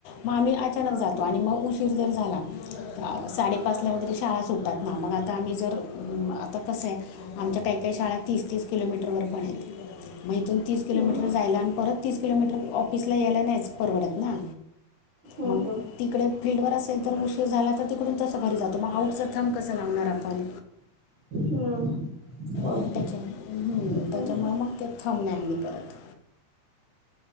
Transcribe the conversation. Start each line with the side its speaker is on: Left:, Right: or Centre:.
Left: मग आम्ही अचानक
Right: हा
Left: जातो
Right: हा
Left: आणि मग उशीर ज जर झाला, साडेपाच ला वगैरे शाळा सुटतात ना, मग आता आम्ही जर आता कसं आहे आमच्या काही काही शाळा तीस तीस किलोमीटर वर पण आहेत. मग इथून तीस किलोमीटर
Right: हम्म
Left: जायला आणि परत तीस किलोमीटर ऑफिसला यायला नाहीच परवडत ना.
Right: हम्म
Left: मग
Right: हम्म
Left: तिकडे फील्डवर असेल तर उशीर झाला तर तिकडून तसं घरी जातो, मग आउटचा थंब कसं लावणार आपण
Right: हम्म होय
Left: मग त्याच्या हम्म
Right: ते पण
Left: त्याच्यामुळे
Right: आहे
Left: मग ते थंब नाही आम्ही करत.